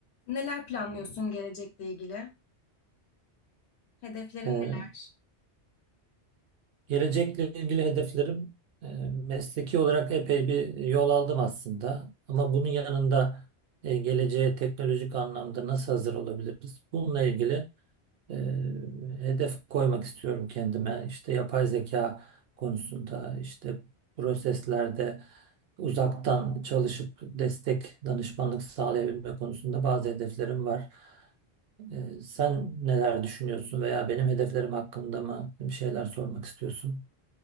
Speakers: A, on the left (about 70°); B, on the right (about 65°).
A: Neler planlıyorsun gelecekle ilgili? Hedeflerin
B: Ee,
A: neler?
B: gelecekle ilgili hedeflerim e, mesleki olarak epey bir yol aldım aslında. Ama bunun yanında e, geleceğe teknolojik anlamda nasıl hazır olabiliriz? Bununla ilgili e, hedef koymak istiyorum kendime. İşte yapay zeka konusunda, işte proseslerde uzaktan çalışıp destek, danışmanlık sağlayabilme konusunda bazı hedeflerim var. E, sen neler düşünüyorsun veya benim hedeflerim hakkında mı bir şeyler sormak istiyorsun?